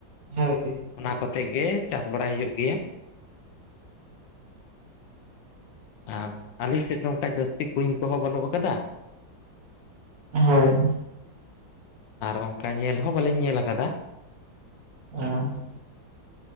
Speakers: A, on the right; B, on the left.
A: ᱦᱳᱭ
B: ᱚᱱᱟ ᱠᱚᱛᱮ ᱜᱮ ᱪᱟᱥ ᱵᱟᱲᱟᱭ ᱦᱳᱭᱳᱜ ᱜᱮᱭᱟ᱾
A: <inaudible>
B: ᱟᱨ ᱟᱞᱮ ᱥᱮᱫ ᱫᱚ ᱚᱝᱠᱟ ᱡᱟᱹᱥᱛᱤ ᱠᱩᱧ ᱠᱚᱦᱚᱸ ᱵᱟᱹᱱᱩᱜ ᱠᱟᱫᱟ᱾
A: ᱦᱳᱭ᱾
B: ᱟᱨ ᱚᱱᱠᱟ ᱧᱮᱞ ᱦᱚᱸ ᱵᱟᱹᱞᱤᱧ ᱧᱮᱞ ᱠᱟᱫᱟ᱾
A: ᱚᱸᱻ᱾